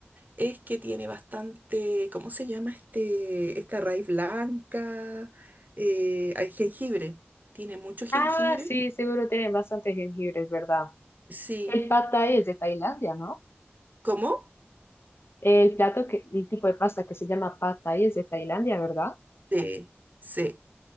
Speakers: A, on the right; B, on the left.
A: es que tiene bastante, ¿cómo se llama este, esta raíz blanca? Eh, hay jengibre, tiene mucho jengibre.
B: Ah, sí, seguro tienen bastantes jengibres, ¿verdad?
A: Sí,
B: El pad thai es de Tailandia, ¿no?
A: ¿cómo?
B: El plato que, el tipo de pasta que se llama pad thai es de Tailandia, ¿verdad?
A: Sí, sí.